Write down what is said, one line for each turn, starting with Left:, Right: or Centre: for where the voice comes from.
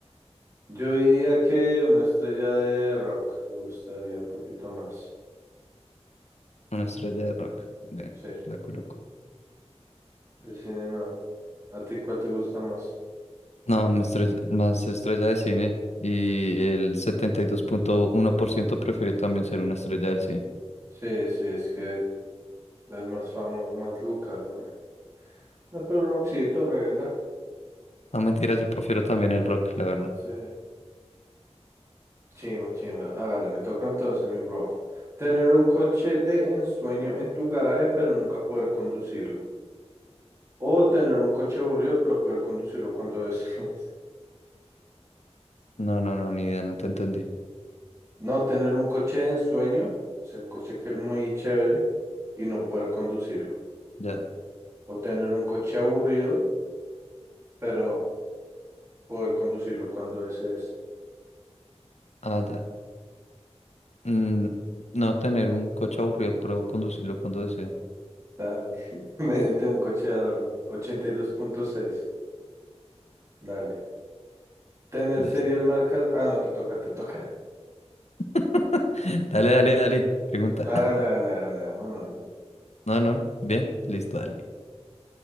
Right: Yo diría que una estrella de rock me gustaría un poquito más.
Left: Una estrella de rock. Ven,
Right: Sí,
Left: la coloco.
Right: de cine no. ¿A ti cuál te gusta más?
Left: No, me estrella- más estrella de cine. Y el setenta y dos punto uno por ciento prefiere también ser una estrella del cine.
Right: Sí, sí, es que es más famoso, más Luca, güey. No, pero Roxito, regla.
Left: No, mentira, yo prefiero también el rock, la verdad.
Right: Sí. Chimba, chimba. Hágale, me toca entonces, mi bro. Tener un coche de ensueño en tu garaje, pero nunca poder conducirlo. O tener un coche aburrido, pero poder conducirlo cuando desees. <laughs>
Left: No, no, no, ni idea, no te entendí.
Right: No, tener un coche de ensueño. O sea, un coche que muy chévere y no poder conducirlo.
Left: Ya.
Right: O tener un coche aburrido, pero poder conducirlo cuando desees.
Left: Ah, ya. Mm, no tener un coche aburrido, pero conducirlo cuando desee.
Right: Claro, <laughs> imagínate un coche de adorno. ochenta y dos punto seis Dale. Tener
Left: Listo.
Right: serias marcas. Ah, no, te toca, te toca.
Left: <laughs> Dale, dale, dale. Pregunta.
Right: No, Hágale,
Left: <laughs>
Right: hágale, hágale. Bueno,
Left: No, no. Bien, listo, dale.